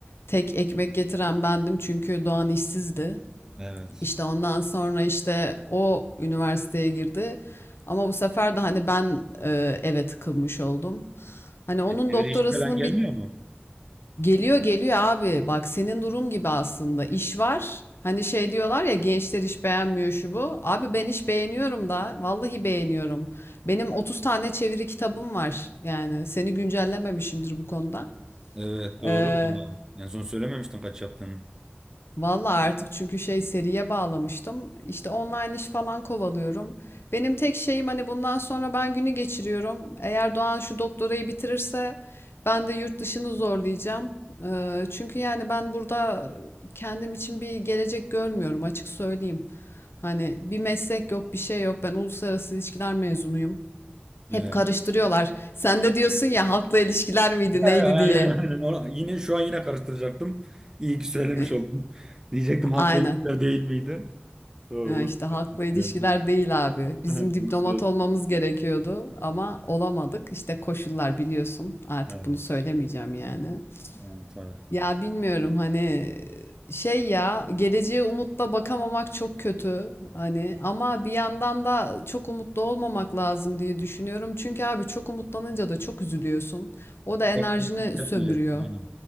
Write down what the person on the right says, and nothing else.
Evet.
E, çeviri
işi falan gelmiyor
mu?
Evet doğru.
Vallahi. En son söylememiştin kaç yaptığını.
Evet.
He,
Aynen
aynen. Ona- yine şu an yine karıştıracaktım. İyi ki söylemiş
oldum. Diyecektim haklı
elitler değil miydi? Doğru,
uluslararası.
elitler,
değil
He,
Uluslararası.
<laughs> Evet.
Evet, evet.
Beklentini
yükseltmeyeceksin.
Aynen.